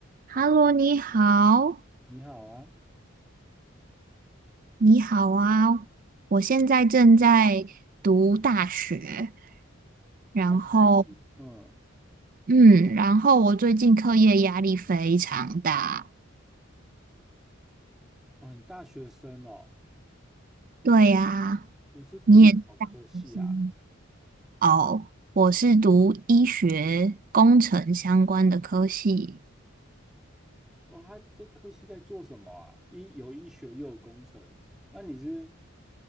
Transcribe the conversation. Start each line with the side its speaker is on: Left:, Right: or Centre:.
Right: Hello，你好，
Centre: 你好啊，
Right: 你好啊！我现在正在读大学，然后，
Centre: 哦，你还是嗯，
Right: 嗯，然后我最近课业压力非常大。
Centre: 哦，你大学生哦，
Right: 对呀，
Centre: 你是读什么科系啊？
Right: 你也是大学生哦，我是读医学工程相关的科系。
Centre: 哦，他这科系在做什么啊？医有医学又有工程，那你是